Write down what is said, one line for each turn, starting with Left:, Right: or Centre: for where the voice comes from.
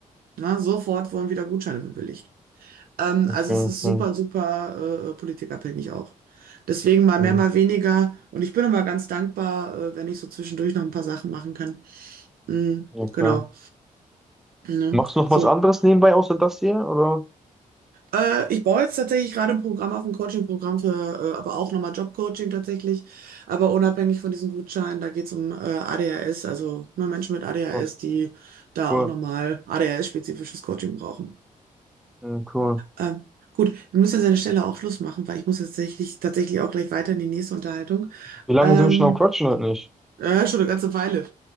Right: Na, sofort wurden wieder Gutscheine bewilligt. Ähm,
Centre: okay,
Right: also es ist super,
Centre: okay.
Right: super äh, politikabhängig auch. Deswegen mal
Centre: Hm,
Right: mehr, mal weniger. Und ich bin immer ganz dankbar, äh, wenn ich so zwischendurch noch ein paar Sachen machen kann. Mm,
Centre: ja klar.
Right: genau. Ne?
Centre: Machst du noch
Right: So.
Centre: was anderes nebenbei außer das hier? Oder?
Right: Äh, ich baue jetzt tatsächlich gerade ein Programm auf, ein Coaching-Programm für, äh, aber auch nochmal Job-Coaching tatsächlich. Aber unabhängig von diesen Gutscheinen, da geht es um äh, ADHS, also ne, Menschen mit ADHS,
Centre: Was?
Right: die da
Centre: Cool.
Right: auch nochmal ADHS-spezifisches Coaching brauchen.
Centre: Ja, cool.
Right: Ähm, gut, wir müssen jetzt an der Stelle auch Schluss machen, weil ich muss jetzt tatsächlich, tatsächlich auch gleich weiter in die nächste Unterhaltung.
Centre: Wie lange
Right: Ähm,
Centre: sind wir schon am Quatschen heute nicht?
Right: ja, schon eine ganze Weile.